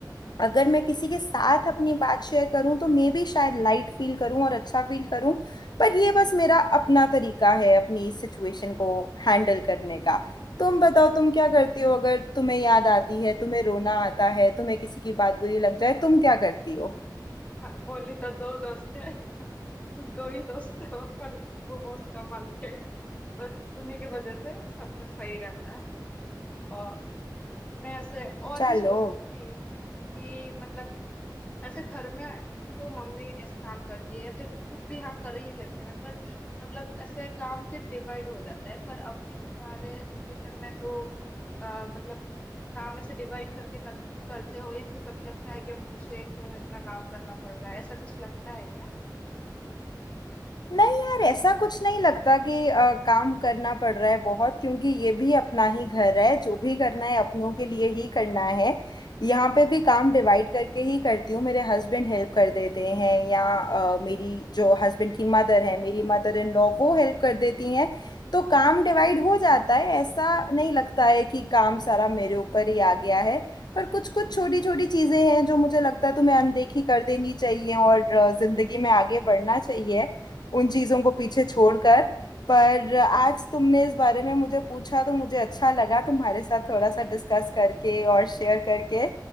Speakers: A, on the left (about 65°); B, on the left (about 15°).
A: अगर मैं किसी के साथ अपनी बात शेयर करूं तो मे बी शायद लाइट फील करूं और अच्छा फील करूं पर ये बस मेरा अपना तरीका है अपनी इस सिचुएशन को हैंडल करने का तुम बताओ तुम क्या करती हो अगर तुम्हें याद आती है तुम्हें रोना आता है तुम्हें किसी की बात बुरी लग जाए तुम क्या करती हो
B: आ, बोली तो दो दोस्त है <laughs> दो ही दोस्त है और पर वो बहुत कमाल के हैं बस उन्हीं की वजह से सब कुछ सही रहता है और मैं ऐसे और
A: चलो
B: भी सोच रही थी कि मतलब ऐसे घर में तो मम्मी ऐसे काम करती है फिर खुद भी हाँ कर ही लेते हैं पर मतलब ऐसे काम फिर डिवाइड हो जाता है पर अभी तुम्हारे सिचुएशन में तो अ, मतलब काम ऐसे डिवाइड करके कर, करते हो या फिर कभी लगता है कि अब मुझे क्यों इतना काम करना पड़ रहा है ऐसा कुछ लगता है क्या
A: नहीं यार ऐसा कुछ नहीं लगता कि अ, काम करना पड़ रहा है बहुत क्योंकि ये भी अपना ही घर है जो भी करना है अपनों के लिए ही करना है यहाँ पे भी काम डिवाइड करके ही करती हूँ मेरे हस्बैंड हेल्प कर देते हैं या अ, मेरी जो हस्बैंड की मदर है मेरी मदर इन लॉ वो हेल्प कर देती हैं तो काम डिवाइड हो जाता है ऐसा नहीं लगता है कि काम सारा मेरे ऊपर ही आ गया है पर कुछ कुछ छोटी छोटी चीजें हैं जो मुझे लगता है तुम्हें अनदेखी कर देनी चाहिए और अ, जिंदगी में आगे बढ़ना चाहिए उन चीजों को पीछे छोड़कर पर आज तुमने इस बारे में मुझे पूछा तो मुझे अच्छा लगा तुम्हारे साथ थोड़ा सा डिस्कस करके और शेयर करके